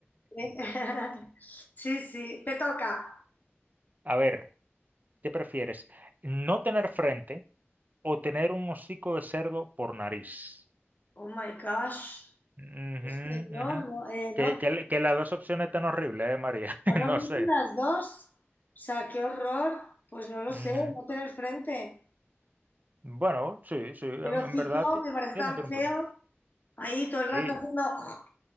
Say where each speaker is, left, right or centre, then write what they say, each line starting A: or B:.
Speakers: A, on the left; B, on the right.
A: <laughs> sí. sí. Te toca.
B: <laughs> A ver, ¿qué prefieres? ¿No tener frente o tener un hocico de cerdo por nariz?
A: Oh my gosh.
B: Ujú,
A: Señor,
B: ujú.
A: no, eh, no,
B: Que, que le- que las dos opciones están horribles, eh, María.
A: no
B: <laughs> No
A: lo
B: sé.
A: dicen las dos. O sea, qué horror. Pues no lo
B: Ujú.
A: sé, no tener frente.
B: Bueno, sí, sí, en,
A: El
B: en
A: hocico
B: verdad ti-
A: me parece
B: tiene,
A: tan
B: tiene
A: feo.
B: un punto.
A: Ahí todo el rato
B: Sí,
A: haciendo.